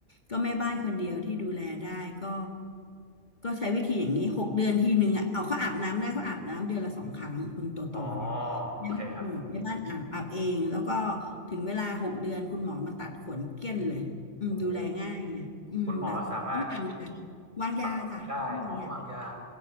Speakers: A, on the left; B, on the right.
A: ก็แม่บ้านคนเดียวที่ดูแลได้ก็ก็ใช้วิธีอย่างนี้หกเดือนทีหนึ่งอ่ะเอาเขาอาบน้ำได้เขาอาบน้ำเดือนละสองครั้งคุณโตโตเนี่ย
B: อ๋อโอเคครับ
A: แม่บ้านอืมแม่บ้านอาบอาบเองแล้วก็ถึงเวลาหกเดือนคุณหมอมาตัดขนเกลี้ยนเลยอืมดูแลง่ายไงอืมแบบต้องการดูแล
B: โอ้โหคุณหมอสามารถ
A: วางยาจ้ะต้องวางยา
B: จับได้อ๋อวางยา